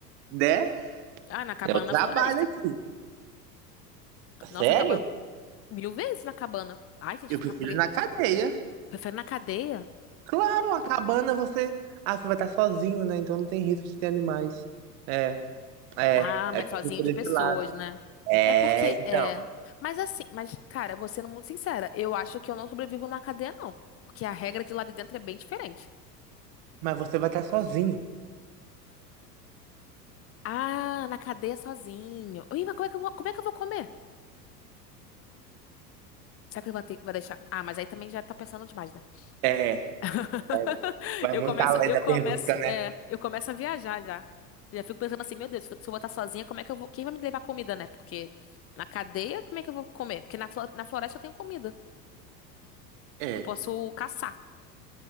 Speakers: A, on the right; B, on the left.
A: Né?
B: Ah, na cabana
A: Eu
B: na
A: trabalho
B: floresta.
A: aqui. Sério?
B: Nossa, cabana. Mil vezes na cabana. Ai, tem que
A: Eu
B: ficar
A: prefiro
B: preso.
A: na cadeia.
B: Prefere na cadeia?
A: Claro, a cabana você. Ah, você vai estar sozinho, né? Então não tem risco de ter animais. É, é.
B: Ah, mas
A: É
B: sozinho
A: por
B: de
A: esse
B: pessoas,
A: lado.
B: né?
A: É,
B: É porque,
A: então.
B: é. Mas assim, mas, cara, vou sendo muito sincera, eu acho que eu não sobrevivo na cadeia, não. Porque a regra de lá de dentro é bem diferente.
A: Mas você vai estar sozinho.
B: Ah, na cadeia sozinho. Ih, mas como é que eu vou, como é que eu vou comer? Será que ele vai ter, vai deixar? Ah, mas aí também já tá pensando demais, né?
A: É,
B: <laughs>
A: É. Vai
B: Eu
A: muito
B: começo,
A: além
B: eu
A: da
B: começo,
A: pergunta, né?
B: é, eu começo a viajar já. Já fico pensando assim, meu Deus, se eu se eu botar sozinha, como é que eu vou? Quem vai me levar comida, né? Porque na cadeia, como é que eu vou comer? Porque na, flo- na floresta eu tenho comida.
A: é.
B: Eu posso caçar.